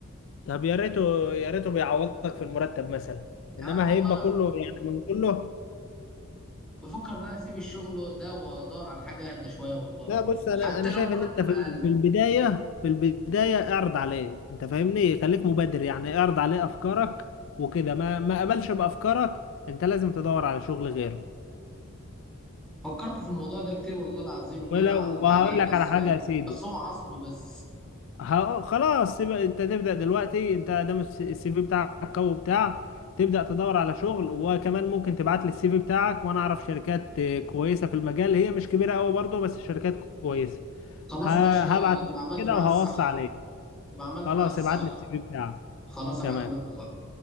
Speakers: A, on the left; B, in the centre.
A: طب يا ريته يا ريته بيعوضك في المرتب مثلا انما
B: يعني والله
A: هيبقى
B: انا
A: كله
B: ب-
A: يعني من كله
B: بفكر ان انا اسيب الشغل ده وادور على حاجة اهدى شوية والله
A: لا بص انا
B: حتى
A: انا
B: لو
A: شايف
B: مرتب
A: ان انت في
B: اقل
A: في البدايه في البدايه اعرض عليه انت فاهمني خليك مبادر يعني اعرض عليه افكارك وكده ما ما قبلش بافكارك انت لازم تدور على شغل غيره
B: فكرت في الموضوع ده كتير والله العظيم ان
A: ولو
B: انا اعرض
A: وهقول
B: عليه
A: لك
B: بس
A: على حاجه يا سيدي
B: بس هو عصبي بس
A: ه- خلاص يبقى انت تبدأ دلوقتي انت دام الس- السي في بتاعك قوي بتاع تبدأ تدور على شغل وكمان ممكن تبعت لي السي في بتاعك وانا اعرف شركات آه، كويسة في المجال هي مش كبيرة قوي برضه بس شركات كويسة
B: خلاص
A: ه-
B: ماشي
A: هبعت لك
B: تبقى عملت
A: كده
B: معايا
A: وهوصي
B: الصح
A: عليك
B: تبقى عملت
A: خلاص
B: معايا الصح
A: ابعت لي السي في بتاعك
B: خلاص ابعته
A: تمام
B: لك دلوقتي